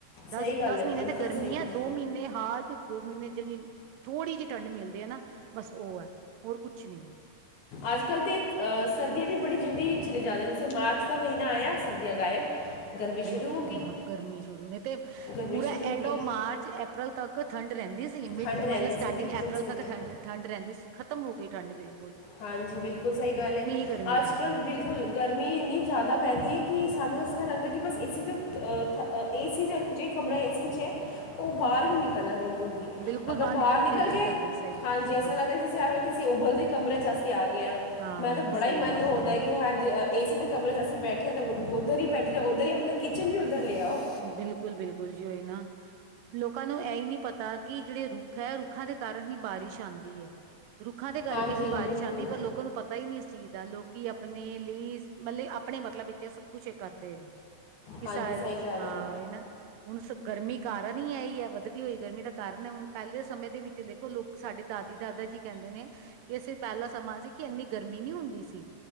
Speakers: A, on the right (about 80°); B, on the left (about 65°).
A: ਦਸ-ਦਸ
B: ਸਹੀ ਗੱਲ ਹੈ
A: ਮਹੀਨੇ
B: ਬਿਲਕੁਲ
A: ਤੇ ਗਰਮੀ
B: ਸਹੀ ਗੱਲ
A: ਹੈ ਦੋ ਮਹੀਨੇ ਹਾਰ। ਦੋ ਮਹੀਨੇ ਜਿਹੜੀ, ਥੋੜ੍ਹੀ ਜਿਹੀ ਠੰਡ ਮਿਲਦੀ ਐ ਨਾ, ਬਸ ਉਹ ਹੈ, ਹੋਰ ਕੁਛ ਨਹੀਂ।
B: ਅੱਜ ਕੱਲ ਤੇ ਸਰਦੀਆਂ ਵੀ ਬੜੀ ਜਲਦੀ ਹੀ ਚਲੀ ਜਾ <unintelligible> ਮਾਰਚ ਦਾ ਮਹੀਨਾ ਆਇਆ <unintelligible> ਸੰਧਿਆ ਗਾਇਬ। ਗਰਮੀ
A: ਬਿਲਕੁਲ
B: ਸ਼ੁਰੂ ਹੋ
A: ਜੀ,
B: ਗਈ
A: ਹਾਂ ਗਰਮੀ ਸ਼ੁਰੂ, ਨਹੀਂ ਤੇ।
B: ਗਰਮੀ
A: ਪੂਰਾ
B: ਸ਼ੁਰੂ ਹੋ
A: ਐਂਡ
B: ਗਈ
A: ਓ ਮਾਰਚ ਐਪਰਲ ਤੱਕ ਠੰਡ ਰਹਿੰਦੀ ਸੀ ਮਿਡ
B: ਠੰਡ ਰਹਿੰਦੀ
A: ਮਤਲਬ
B: ਸੀ
A: ਸਟਾਰਟਿੰਗ
B: ਬਿਲਕੁਲ
A: ਐਪਰਲ
B: ਸਹੀ
A: ਤੱਕ
B: ਹੈ
A: ਠੰਡ। ਠੰਡ ਰਹਿੰਦੀ, ਖਤਮ ਹੋ ਗਈ ਠੰਢ ਬਿਲ।
B: ਹਾਂਜੀ, ਬਿਲਕੁਲ ਸਹੀ ਗੱਲ ਏ,
A: ਗਰਮੀ
B: ਅੱਜ
A: ਰਹਿ
B: ਕੱਲ੍ਹ
A: ਗਈ
B: ਬਿਲਕੁਲ।
A: ਹੈ
B: ਗਰਮੀ ਇੰਨੀ ਜ਼ਿਆਦਾ ਪੈਂਦੀ ਹੈ ਕਿ ਸਾਨੂੰ ਇਸ ਤਰ੍ਹਾਂ ਲੱਗਦਾ ਕਿ ਬਸ ਏਸੀ ਤੋਂ <unintelligible> ਏਸੀ ਜਏ, ਜ ਕਮਰਾ ਏ ਸੀ ਇਚ, ਉਹ ਬਾਹਰ ਨਹੀਂ ਨਿਕਲਣਾ ਬਿਲਕੁਲ।
A: ਬਿਲਕੁਲ
B: ਅਗਰ
A: ਨਿਕਲਣ
B: ਬਾਹਰ
A: ਨੂੰ
B: ਨਿਕਲ
A: ਦਿਲ ਹੀ
B: ਗਏ,
A: ਨੀ ਕਰਦਾ ਸਹੀ ਗੱਲ
B: ਹਾਂਜੀ
A: ਹੈ
B: ਐਸਾ ਲਗਦਾ ਜੇ ਅ ਕਿਸੇ ਉਬਲਦੇ। <unintelligible> ਅਸੀਂ ਆ ਗਏ ਹਾਂ,
A: ਹਾਂ
B: ਮੈਂ ਤਾਂ ਬੜਾ
A: ਸਹੀ
B: ਹੀ ਮਨ
A: ਗੱਲ
B: ਹੁੰਦਾ
A: ਹਾਂ
B: ਹੈ ਕਿ ਹ <unintelligible> ਏ ਸੀ ਦੇ ਕਮਰੇ 'ਚ ਅਸੀਂ ਬੈਠੇ ਹਾਂ ਤਾਂ ਉੱਧਰ ਹੀ ਬੈਠੇ, ਉੱਧਰ ਹੀ, ਆਪਣਾ ਕਿਚਨ ਵੀ ਉੱਧਰ ਲੈ ਆਓ।
A: ਬਿਲਕੁਲ ਬਿਲਕੁਲ ਜੀ, ਓਈ ਨਾ। ਲੋਕਾਂ ਨੂੰ ਇਹ ਹੀ ਨਹੀਂ ਪਤਾ ਕਿ ਜਿਹੜੇ ਰੁੱਖ ਹੈ, ਰੁੱਖਾਂ ਦੇ ਕਾਰਨ ਹੀ ਬਾਰਿਸ਼ ਆਉਂਦੀ ਹੈ। ਰੁੱਖਾਂ ਦੇ ਕਰਕੇ
B: ਹਾਂਜੀ
A: ਹੀ ਬਾਰਿਸ਼
B: ਬਿਲਕੁਲ
A: ਆਉਂਦੀ ਏ ਪਰ ਲੋਕਾਂ ਨੂੰ ਪਤਾ ਹੀ ਨਹੀਂ ਇਸ ਚੀਜ਼ ਦਾ, ਲੋਕੀ ਆਪਣੇ ਲਈ, <unintelligible> ਆਪਣੇ ਮਤਲਬ ਵਿੱਚ ਇਹ ਸਭ ਕੁਛ ਕਰਦੇ ਨੇ ਕਿਸ
B: ਹਾਂਜੀ
A: ਅਲ,
B: ਸਹੀ ਗੱਲ
A: ਹਾਂ
B: ਹੈ
A: ਉਇ ਨਾ। ਹੁਣ ਸ ਗਰਮੀ ਕਾਰਨ ਹੀ ਇਹ ਹੀ ਹੈ, ਵਧਦੀ ਹੋਈ ਗਰਮੀ ਦਾ ਕਾਰਨ, ਹੁਣ ਪਹਿਲੇ ਦੇ ਸਮੇਂ ਦੇ ਵਿੱਚ ਦੇਖੋ ਲੋਕ। ਸਾਡੇ ਦਾਦੀ ਦਾਦਾ ਜੀ ਕਹਿੰਦੇ ਨੇ ਕਿ ਅਸੀਂ ਪਹਿਲਾ ਸਮਾਂ ਸੀ ਕਿ ਇੰਨੀ ਗਰਮੀ ਨੀ ਹੁੰਦੀ ਸੀ।